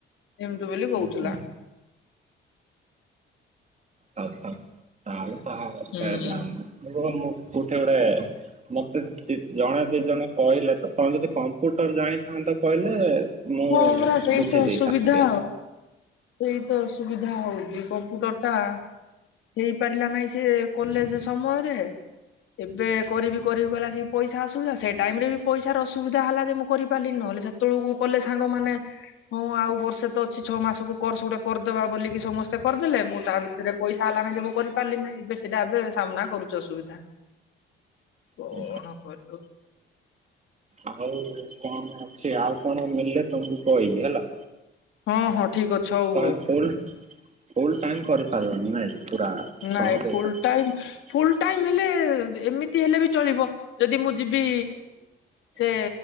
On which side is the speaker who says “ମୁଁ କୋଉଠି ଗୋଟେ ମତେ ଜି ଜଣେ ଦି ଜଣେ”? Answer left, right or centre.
Right